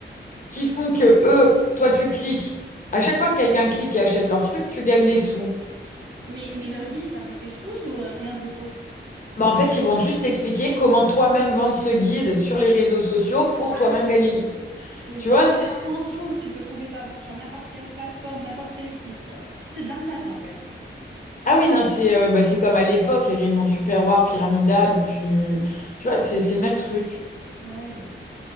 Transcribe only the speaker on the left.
qui font que eux, toi tu cliques, à chaque fois que quelqu'un clique et achète leur truc, tu gagnes des sous.
Bah en fait, ils vont juste expliquer comment toi-même vendre ce guide sur les réseaux sociaux pour
toi-même gagner des sous.
Tu
vois, c'est...
Ah oui, non, c'est euh, bah, c'est comme à l'époque, les réunions Tupperware pyramidales où tu... Tu vois, c'est c'est le même truc.